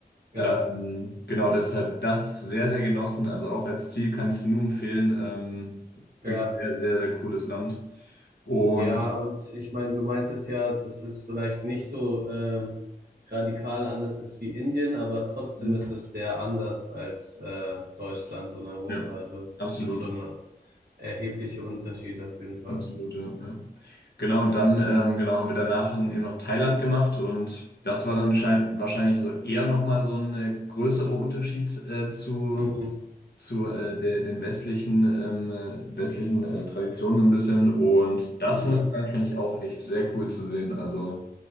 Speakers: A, on the right; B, on the left.
A: ja,
B: Ähm, genau, deshalb das sehr, sehr genossen. Also auch als Ziel kann ich es nur empfehlen. Ähm, wirklich
A: ja.
B: sehr, sehr, sehr cooles Land. Und
A: Ja, und ich meine, du meintest ja, dass es vielleicht nicht so ähm, radikal anders ist wie Indien, aber trotzdem
B: mhm.
A: ist es sehr anders als äh, Deutschland und Europa.
B: ja,
A: Also
B: absolut.
A: das ist schon erhebliche Unterschiede auf jeden Fall.
B: Absolut, ja. ja. Genau, und dann ähm, genau, haben wir danach in, eben noch Thailand gemacht und das war dann schein wahrscheinlich so eher nochmal so ein äh, größerer Unterschied äh, zu,
A: Mhm.
B: zu äh, der, den westlichen, ähm, äh, westlichen äh, Traditionen so ein bisschen. Und das
A: Ja,
B: muss ich sagen, fand ich auch echt sehr cool zu sehen. Also